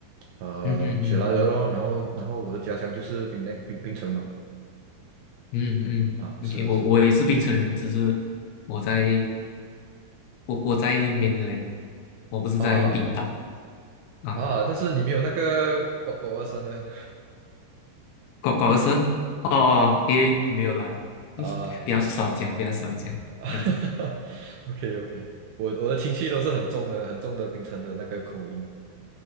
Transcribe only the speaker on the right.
呃，
雪兰莪咯，然后然后我的家乡就是槟榔槟槟城嘛，
啊，是啊是
啊，啊
啊，但是你没有那个狗狗的声呢，
<laughs>
啊
<laughs>，OK
OK，我我的亲戚都是很重的很重的槟城的那个口音，